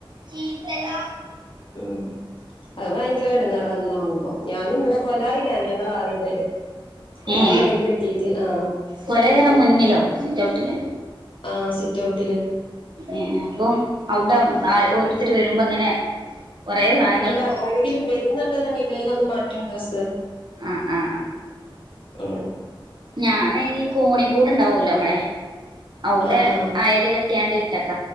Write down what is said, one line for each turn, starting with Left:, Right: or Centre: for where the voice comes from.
Right: ചീതല
Left: ഉം അത് ഭയങ്കര എടങ്ങേറ അങ്ങനാകുമ്പോ ഞാനും വടെ കൊലായില ഞങ്ങളാറിടല് കൊലായിലയലെട്ടീട്ട്
Right: ഏ
Left: ആ
Right: കൊലയറ മുന്നിലോ സിറ്റ്ഔട്ട്ല്
Left: ആ സിറ്റ്ഔട്ടില്
Right: ഏ അപ്പം അവടെ ഓരോര്ത്തര് വെരുമ്പോങ്ങനെ കൊറേ സ
Left: അല്ല ഒങ്കിലും വരുന്നുണ്ടെന്നുണ്ടെങ്കിൽ വേഗംങ് മാറ്റും ഡ്രസ്സ്
Right: ആ ആ
Left: ഉം
Right: ഞാനീ കോണിക്കൂട്ണ്ടാവല്ലോ മ്മളെ ഔടെ
Left: ആ ആ
Right: അയല് കെട്ട്യാണ്ട് ട്ടക